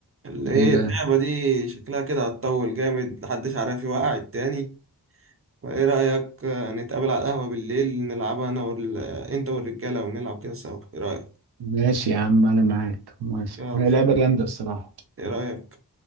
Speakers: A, on the right; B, on the right.
A: اللي ايه
B: ايه بقى
A: اللعبة دي شكلها كده هتطول جامد محدش عارف يوقع التاني فايه رأيك آه، نتقابل على القهوة بالليل نلعبها انا وال... انت والرجالة ونلعب كده سوا ايه رأيك
B: ماشي يا عم انا معاك موافق
A: يلا
B: هي لعبة جامدة الصراحة
A: ايه رأيك